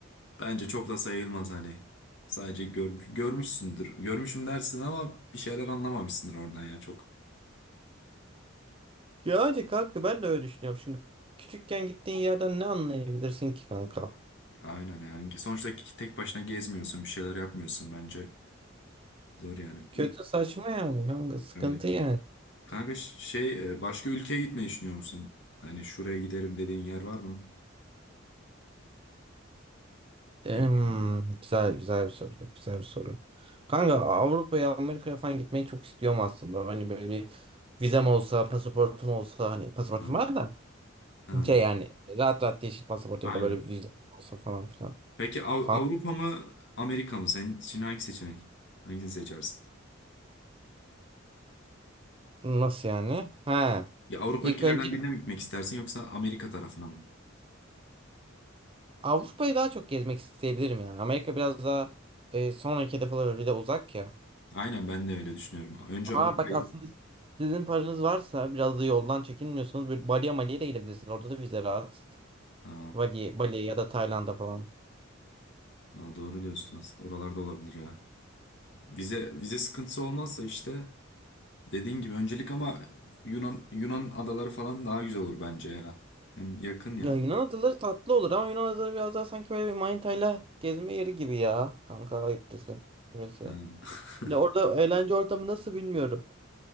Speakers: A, on the left; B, on the right.
A: Bence çok da sayılmaz hani. Sadece görmüş, görmüşsündür. Görmüşüm dersin ama bir şeyler anlamamışsındır oradan ya çok.
B: Yani kanka ben de öyle düşünüyorum. Şimdi küçükken gittiğin yerden ne anlayabilirsin ki kanka?
A: Aynen yani. Sonuçta ki- tek başına gezmiyorsun, bir şeyler yapmıyorsun bence. Zor yani.
B: Kötü
A: Ü-
B: saçma yani kanka sıkıntı
A: Öyle.
B: yani.
A: Kanka ş- şey e, başka ülkeye gitmeyi düşünüyor musun? Hani şuraya giderim dediğin yer var mı?
B: Em,
A: Bilmiyorum.
B: güzel güzel bir soru. Güzel bir soru. Kanka Avrupa'ya Amerika'ya falan gitmeyi çok istiyorum aslında. Hani böyle bir vizem olsa, pasaportum olsa hani pasaportum
A: Ha.
B: var da
A: Ha.
B: şey yani rahat rahat yeşil pasaport
A: Aynen.
B: ya da böyle bir vize olsa falan filan.
A: Peki Av-
B: Kanka
A: Avrupa mı Amerika mı? Sen için hangi seçenek? Hangisini seçersin?
B: nasıl yani? He.
A: Ya Avrupa
B: İlk
A: ülkelerinden
B: önce
A: birine mi gitmek istersin yoksa Amerika tarafına mı?
B: Avrupa'yı daha çok gezmek isteyebilirim ya. Amerika biraz daha e, sonraki hedef olabilir. Bir de uzak ya.
A: Aynen ben de öyle düşünüyorum. Önce Avrupa'yı.
B: Aa bak aslında sizin paranız varsa biraz da yoldan çekinmiyorsanız böyle Bali'ye Mali'ye de gidebilirsiniz. Orada da vize rahat.
A: Ha,
B: Bali, Bali ya da Tayland'a falan.
A: ha, doğru diyorsun aslında. Oralarda olabilir ya. Vize vize sıkıntısı olmazsa işte dediğin gibi öncelik ama Yunan Yunan adaları falan daha güzel olur bence ya. Hem yakın ya.
B: Ya Yunan adaları tatlı olur ama Yunan adaları biraz daha sanki böyle bir manitayla gezme yeri gibi ya. Kanka ayıptır söylemesi.
A: Ha. <laughs>
B: Ya orada eğlence ortamı nasıl bilmiyorum.